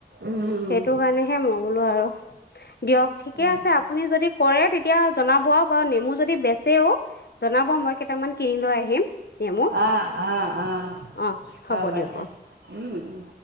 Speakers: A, on the right; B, on the left.
A: উম
B: সেইটো কাৰণেহে মোক বোলো আৰু দিয়ক ঠিকে
A: অ
B: আছে আপুনি যদি কৰে তেতিয়া জনাব। বাৰু নেমু যদি বেচেও জনাব মই কেইটামান কিনি লৈ আহিম নেমু।
A: অ অ অ'
B: অঁ
A: হ'ব
B: দিয়ক
A: দিয়া।
B: অঁ
A: উম উম